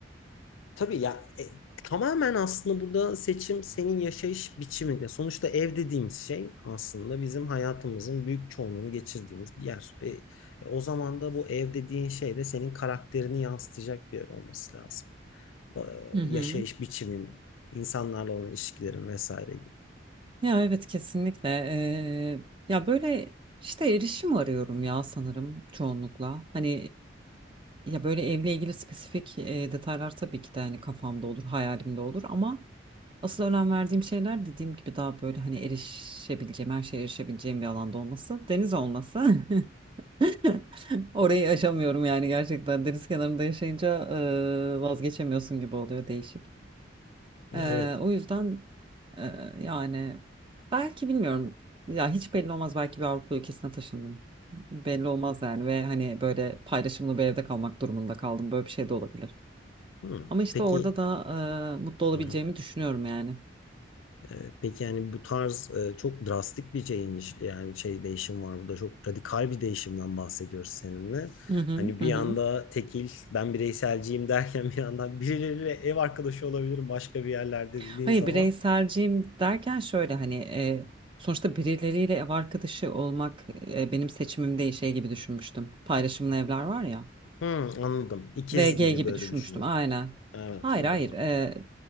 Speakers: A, on the left; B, on the right.
A: tabii ya e, tamamen aslında burada seçim senin yaşayış biçiminde. Sonuçta ev dediğimiz şey aslında bizim hayatımızın büyük çoğunluğunu geçirdiğimiz bir yer. E, e, o zaman da bu ev dediğin şey de senin karakterini yansıtacak bir yer olması lazım. E,
B: Hı hı.
A: yaşayış biçimin, insanlarla olan ilişkilerin vesaire gibi.
B: Ya evet kesinlikle. E, ya böyle işte erişim arıyorum ya sanırım çoğunlukla. Hani e, ya böyle evle ilgili spesifik e, detaylar tabii ki de hani kafamda olur, hayalimde olur ama asıl önem verdiğim şeyler dediğim gibi daha böyle hani erişebileceğim, her şeye erişebileceğim bir alanda olması, deniz olması. <laughs> <laughs> Orayı aşamıyorum yani gerçekten deniz kenarında yaşayınca e, vazgeçemiyorsun gibi oluyor değişik.
A: Ya
B: E,
A: evet.
B: o yüzden e, yani belki bilmiyorum ya hiç belli olmaz belki bir Avrupa ülkesine taşındım. Belli olmaz yani ve hani böyle paylaşımlı bir evde kalmak durumunda kaldım böyle bir şey de olabilir.
A: Hmm.
B: Ama işte
A: Peki.
B: orada da e, mutlu olabileceğimi
A: Hı hı.
B: düşünüyorum yani.
A: Ee, Peki yani bu tarz e, çok drastik bir change yani şey değişim var burada çok radikal bir değişimden bahsediyoruz seninle.
B: Hı hı
A: Hani bir
B: hı. hı.
A: yanda tekil ben bireyselciyim <laughs> derken bir yandan birileriyle ev arkadaşı olabilirim başka bir yerlerde dediğin
B: Hayır
A: zaman
B: bireyselciyim derken şöyle hani e, sonuçta birileriyle ev arkadaşı olmak e, benim seçimim değil şey gibi düşünmüştüm. Paylaşımlı evler var ya.
A: "Hı, anladım ikiz
B: VG
A: gibi
B: gibi
A: böyle
B: düşünmüştüm
A: düşünün.
B: aynen.
A: Evet
B: Hayır
A: o
B: hayır
A: da var.
B: e,